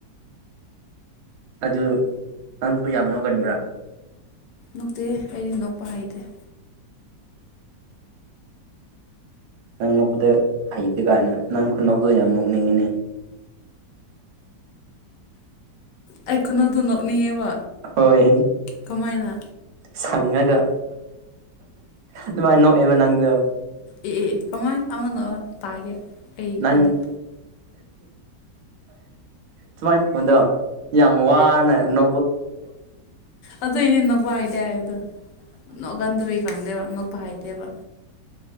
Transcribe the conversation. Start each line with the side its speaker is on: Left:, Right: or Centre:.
Right: ꯑꯗꯨ ꯅꯪꯁꯨ ꯌꯥꯝ ꯅꯣꯒꯟꯕ꯭ꯔꯥ
Left: ꯅꯣꯛꯇꯦꯍꯦ ꯑꯩꯗꯤ ꯅꯣꯛꯄ ꯍꯩꯗꯦ
Right: ꯅꯪꯅꯧꯕꯗ ꯍꯩꯇꯦ ꯀꯥꯏꯅ ꯅꯪ ꯈꯨꯅꯧꯗꯣ ꯌꯥꯝ ꯅꯣꯛꯅꯤꯡꯉꯤꯅꯦ
Left: ꯑꯩ ꯈꯨꯅꯧꯗꯨ ꯅꯣꯛꯅꯤꯡꯉꯦꯕ
Right: ꯍꯣꯏ
Left: ꯀꯃꯥꯏꯅ
Right: ꯁꯪꯉꯒ ꯑꯗꯨꯃꯥꯏꯅ ꯅꯣꯛꯑꯦꯕ ꯅꯪꯗꯣ
Left: ꯑꯦ ꯀꯃꯥꯏ ꯑꯃꯅ ꯇꯥꯒꯦ ꯑꯩ
Right: ꯅꯪ
Left: ꯈꯨꯅꯣꯛ
Right: ꯁꯨꯃꯥꯏꯅ ꯇꯧꯕꯗꯣ ꯌꯥꯝ ꯋꯥꯅ ꯅ
Left: ꯑꯗꯨ ꯏꯅꯦ ꯅꯣꯛꯄ ꯍꯥꯏꯗꯦ ꯍꯥꯏꯕꯗꯣ ꯅꯒꯟꯗꯕ ꯈꯪꯗꯦꯕ ꯑꯅꯣꯛꯄ ꯍꯩꯇꯦꯕ